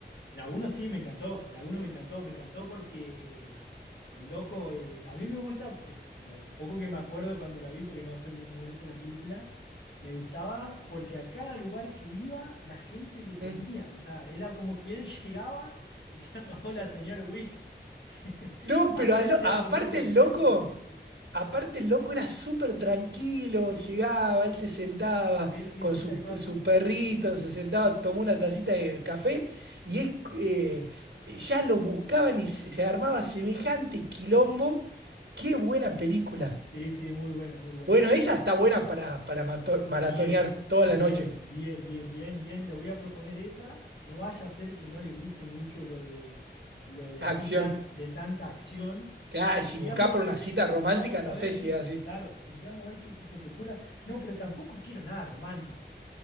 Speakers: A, on the left; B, on the right.
A: La uno sí, me encantó, la uno me encantó, me encantó porque eh, el loco, eh, a mí me gusta, eh, lo poco que me acuerdo cuando la vi, porque no soy muy memorioso en las películas, me gustaba porque a cada lugar que iba la gente le temía,
B: Mm.
A: o sea, era como que él <laughs> llegaba y decía "No, hola señor Wick, <laughs>
B: No,
A: va
B: pero
A: a querer
B: al lo-
A: siempre
B: aparte
A: lo mismo
B: el
A: de siempre.
B: loco,
A: Sí,
B: aparte el loco era súper tranquilo, llegaba, él se sentaba
A: sí, sí,
B: con
A: sí,
B: su,
A: tal cual.
B: su perrito, se sentaba, tomó una tacita de café y es, eh, ya lo buscaban y se, se armaba semejante quilombo. Qué buena película.
A: Sí, sí, muy buena, muy buena,
B: Bueno,
A: muy
B: esa
A: buena.
B: está buena para, para mato- maratonear
A: Bien,
B: toda
A: bien,
B: la noche.
A: bien, bien, bien, bien. Le voy a proponer esa. No vaya a ser que no le guste mucho lo de, lo de así
B: Acción.
A: tan, de tanta acción.
B: Casi,
A: Tendríamos
B: buscar por
A: que,
B: una cita
A: tendríamos
B: romántica,
A: que
B: no
A: ver
B: sé
A: si,
B: si es así.
A: claro, tendríamos que ver que si se te ocurra. No, pero tampoco quiero nada romántico.